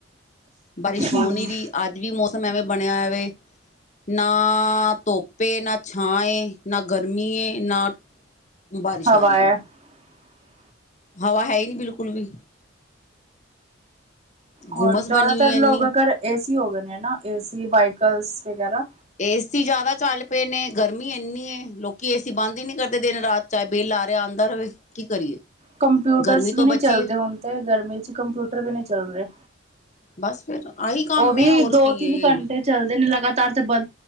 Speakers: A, on the left (about 40°); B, on the right (about 35°).
A: ਬਾਰਿਸ਼
B: ਹੂੰ
A: ਹੋ ਨਹੀਂ ਰਹੀ ਅੱਜ ਵੀ ਮੌਸਮ ਐਵੇਂ ਬਣਿਆ ਹੋਇਆ ਵੇ ਨਾ ਧੁੱਪ ਨਾ ਛਾਂ ਏ ਨਾ ਗਰਮੀ ਨਾ ਬਾਰਿਸ਼
B: <inaudible>
A: ਆ ਰਹੀ ਹੈ ਹਵਾ ਹੈ ਹੀ ਨੀ ਬਿਲਕੁਲ ਵੀ
B: ਹੋਰ
A: ਗੁਮਸ
B: ਜ਼ਿਆਦਾਤਰ
A: ਬਣੀ ਹੋਈ ਹੈ
B: ਲੋਕ
A: ਇੰਨੀ
B: ਅਗਰ ਏਸੀ ਹੋ ਗਏ ਨੇ ਨਾ ਏਸੀ ਵਹੀਕਲਸ ਵਗੈਰਾ
A: ਏਸੀ ਜ਼ਿਆਦਾ ਚੱਲ ਪਏ ਨੇ ਗਰਮੀ ਇੰਨੀ ਹੈ ਲੋਕੀ ਏਸੀ ਬੰਦ ਹੀ ਨਹੀ ਕਰਦੇ ਦਿਨ ਰਾਤ ਚਾਹੇ ਬਿਲ ਕੀ ਚਾਹੇ ਆਉਂਦਾ ਰਹੇ ਕੀ ਕਰੀਏ
B: ਕੰਪਿਊਟਰਸ
A: ਗਰਮੀ ਤੋਂ
B: ਵੀ ਨਹੀਂ
A: ਬਚੀਏ
B: ਚੱਲਦੇ ਹੁਣ ਤੇ ਗਰਮੀ ਚ ਕੰਪਿਊਟਰ ਵੀ ਨਹੀਂ ਚੱਲ ਰਹੇ
A: ਬਸ ਫਿਰ ਆਹੀ ਕੰਮ
B: ਉਹ ਵੀ
A: ਹੈ ਹੋਰ
B: ਦੋ
A: ਕੀ
B: ਤਿੰਨ ਘੰਟੇ
A: ਹੈ,
B: ਚੱਲਦੇ ਨੇ ਲਗਾਤਾਰ ਤੇ ਬੰ